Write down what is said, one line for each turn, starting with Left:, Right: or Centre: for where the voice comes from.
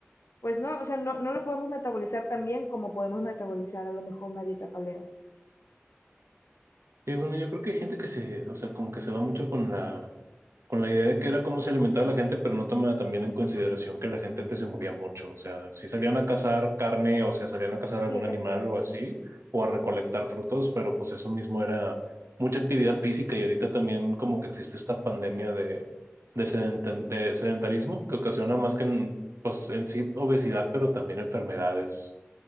Left: pues no, o sea, no, no lo podemos metabolizar tan bien como podemos metabolizar a lo mejor una dieta paleo.
Right: Sí, bueno, yo creo que hay gente que se, o sea, como que se va mucho con la, con la idea de que era cómo se alimentaba la gente, pero no toma también en consideración que la gente antes se movía mucho. O sea, si salían a cazar carne, o sea, salían a cazar algún
Left: Sí,
Right: animal
Left: también.
Right: o así, o a recolectar frutos, pero pues eso mismo era mucha actividad física y ahorita también como que existe esta pandemia de, de, sedenta- de sedentarismo que ocasiona más que en, pues en sí obesidad, pero también enfermedades,